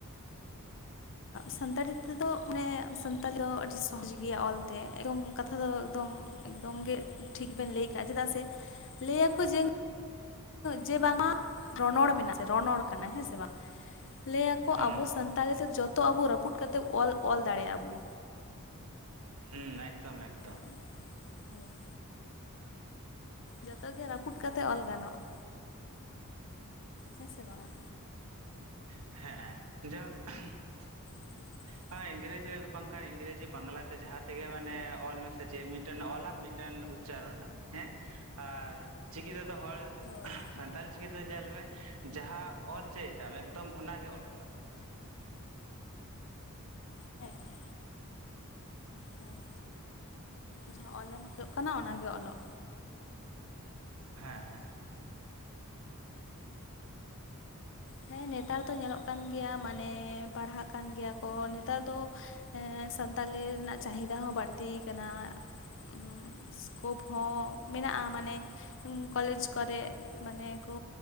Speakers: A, on the left; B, on the right.
A: ᱥᱟᱱᱛᱟᱲᱤ ᱛᱮᱫᱚ ᱢᱟᱱᱮ ᱥᱟᱱᱛᱟᱲᱤ ᱫᱚ ᱟᱹᱰᱤ ᱥᱚᱦᱚᱡᱽ ᱜᱮᱭᱟ ᱚᱞᱛᱮ ᱮᱵᱚᱝ ᱠᱟᱛᱷᱟ ᱫᱚ ᱮᱠᱫᱚᱢ ᱮᱠᱫᱚᱢ ᱜᱮ ᱴᱷᱤᱠ ᱵᱮᱱ ᱞᱟᱹᱭ ᱠᱟᱜᱼᱟ ᱪᱮᱫᱟᱜ ᱥᱮ ᱞᱟᱹ ᱟᱠᱚ ᱡᱮ ᱡᱮ
B: ᱦᱩᱸ
A: ᱵᱟᱝᱢᱟ ᱨᱚᱱᱚᱲ ᱢᱮᱱᱟᱜ-ᱟ ᱨᱚᱱᱚᱲ ᱠᱟᱱᱟ ᱦᱮᱸ ᱥᱮ ᱵᱟᱝ ᱞᱟᱹᱭᱟᱠᱚ
B: ᱦᱩᱸ
A: ᱟᱵᱚ ᱥᱟᱱᱛᱟᱲᱤ ᱛᱮ ᱡᱚᱛᱚ ᱟᱵᱚ ᱨᱟᱹᱯᱩᱫ ᱠᱟᱛᱮ ᱚᱞ ᱚᱞ ᱫᱟᱲᱮᱭᱟᱜ ᱟᱵᱚᱱ
B: ᱦᱩᱸ ᱮᱠᱫᱚᱢ ᱮᱠᱫᱚᱢ ᱾
A: ᱦᱮᱸ ᱦᱳᱭ ᱡᱚᱛᱚ ᱜᱮ ᱨᱟᱹᱯᱩᱫ ᱠᱟᱛᱮ ᱚᱞ ᱜᱟᱱᱚᱜᱼᱟ ᱦᱮᱸ ᱥᱮ ᱵᱟᱝᱼᱟ᱾
B: ᱦᱮᱸ ᱡᱮ <unintelligible>
A: <unintelligible>
B: ᱦᱮᱸ ᱤᱝᱨᱮᱡᱤ ᱵᱟᱝᱠᱷᱟᱱ ᱤᱝᱨᱮᱡᱤ ᱵᱟᱝᱞᱟᱛᱮ ᱡᱟᱦᱟᱸ ᱛᱮᱜᱮ ᱢᱟᱱᱮ ᱚᱞ ᱢᱮᱥᱮ ᱢᱤᱫᱴᱮᱱ ᱚᱞᱟᱢ ᱢᱤᱫᱴᱮᱱ ᱩᱪ ᱪᱟᱨᱚᱱᱟᱢ ᱦᱮᱸ ᱟᱨ ᱪᱤᱠᱤ ᱛᱮᱫᱚ ᱦᱚᱲ
A: ᱦᱳᱭ
B: ᱥᱟᱱᱛᱟᱞᱤ ᱪᱤᱠᱤ ᱫᱚ ᱧᱮᱞ ᱢᱮ‌ ᱡᱟᱦᱟᱸ ᱚᱞᱪᱚᱭ ᱫᱟᱢ ᱮᱠᱫᱚᱢ ᱚᱱᱟᱜᱮ ᱚᱞᱚᱜᱼᱟ᱾
A: ᱦᱮᱸ ᱦᱳᱭ ᱡᱟᱦᱟᱸ ᱚᱞᱮᱢ ᱠᱷᱚᱡᱽ ᱠᱟᱱᱟ ᱚᱱᱟᱜᱮ ᱚᱞᱚᱜ
B: ᱦᱮᱸ
A: ᱦᱮᱸ ᱱᱮᱛᱟᱨ ᱫᱚ ᱧᱮᱞᱚᱜ ᱠᱟᱱ ᱜᱮᱭᱟ ᱢᱟᱱᱮ ᱯᱟᱲᱦᱟᱜ ᱠᱟᱱ ᱜᱮᱭᱟ ᱠᱚ ᱱᱮᱛᱟᱨ ᱫᱚ ᱮᱸ ᱥᱟᱱᱛᱟᱞᱤ ᱨᱮᱱᱟᱜ ᱪᱟᱦᱤᱫᱟ ᱦᱚᱸ ᱵᱟᱹᱲᱛᱤ ᱟᱠᱟᱱᱟ᱾ ᱩᱸ ᱤᱥᱠᱳᱯ ᱦᱚᱸ ᱢᱮᱱᱟᱜ-ᱟ ᱢᱟᱱᱮᱼᱼ ᱠᱚᱞᱮᱡᱽ ᱠᱚᱨᱮ ᱢᱟᱱᱮ ᱠᱚ